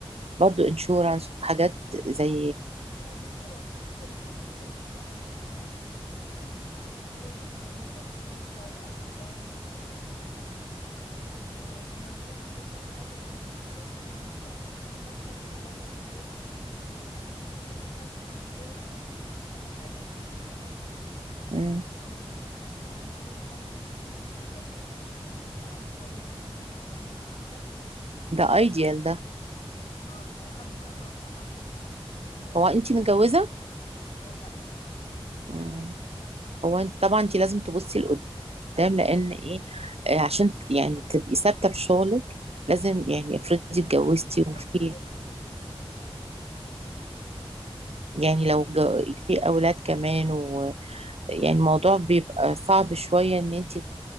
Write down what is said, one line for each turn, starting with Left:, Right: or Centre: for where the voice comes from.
Right: برضو انشورانس وحاجات زي
Left: اه بصي هو في شركات كتير في مصر بتاعت انشورنس يعني زي بوبا واكسا و وايه تاني واليانز الحاجات دي كلها طبعا انشورنس انا عامه يعني الفتره دي بدور شويه في ال- في حته الانشورنس لان حاسه ان الشغل لذيذ في كذا حاجه بالنسبه لي
Right: مم.
Left: آه يعني حاسه ان اول حاجه الشغل بيبقى هايبرد اللي هو بيبقى شويه من البيت وشويه من المكتب
Right: ده ايديال ده
Left: اه بصراحه بيبقى تحفه طبعا و
Right: هو انت متجوزة
Left: آه،
Right: مم. هو انت طبعا انت لازم تبصي لقدام لان ايه آه، عشان ت- يعني تبقي ثابتة في شغلك لازم
Left: ما
Right: يعني
Left: بالظبط
Right: افرضي اتجوزتي
Left: انا بفكر
Right: وفي
Left: في كده مم.
Right: يعني
Left: يعني-
Right: لو جو- في اولاد كمان يعني الموضوع بيبقى صعب شوية ان انت